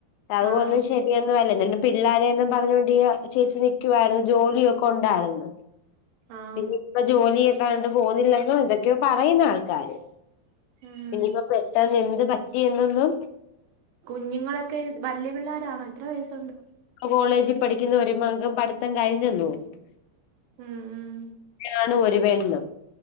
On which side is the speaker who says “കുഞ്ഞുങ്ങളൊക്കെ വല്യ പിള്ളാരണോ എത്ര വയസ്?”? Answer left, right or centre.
Right